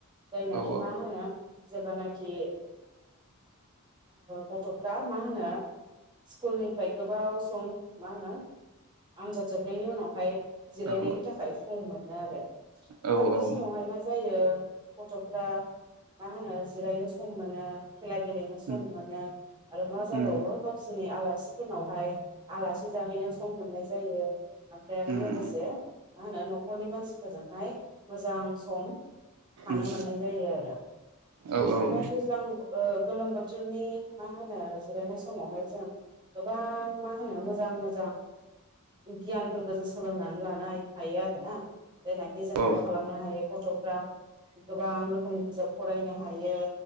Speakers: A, on the right; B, on the right.
A: जायनाखि
B: औ
A: मा होनो जेब्लानाखि गथ'फ्रा मा होनो स्कुलनिफ्राय गोबाव सम मा होनो आनजाद जोबनायनि उनावहाय जिरायनायनि
B: औ
A: थाखाय सम मोनो आरो ओमफ्राय
B: औ
A: बे
B: औ
A: समावहाय मा जायो गथ'फ्रा मा होनो जिरायनो सम मोन मोनो खेला गेलेनो सम
B: उम
A: मोनो आरो मा जाबावो
B: उम
A: गावसिरनि आलासिफोरनावहाय आलासि जाहैनो सम मोननाय जायो ओमफ्राय आरो
B: उम
A: लोगोसे मा होनो न'खरनि मानसिफोरजोंहाय मोजां सम थानो
B: उम
A: मोननाय जायो आरो
B: औ -औ
A: ओमफ्राय दैज्लां गोलोम बोथोरनि मा होनो जिरायनाय समावहाय जों गोबां मा होनो मोजां मोजां गियानफोरबो जों सोलोंनानै लानो हायो आरोना जायनाखि जों
B: औ
A: मा खालामनो हायो गथ'फ्रा गोबां रोखोमनि बिजाब फरायनो हायो